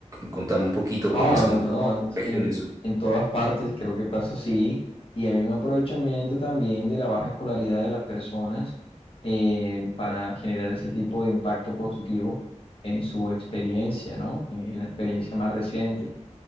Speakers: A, on the right (about 30°); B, on the left (about 45°).
A: contame un poquito
B: No,
A: cómo es como
B: no,
A: por regiones.
B: en, en todas partes creo que pasa así y hay un aprovechamiento también de la baja escolaridad de las personas eh, para generar ese tipo de impacto positivo en su experiencia, ¿no? En la experiencia más reciente.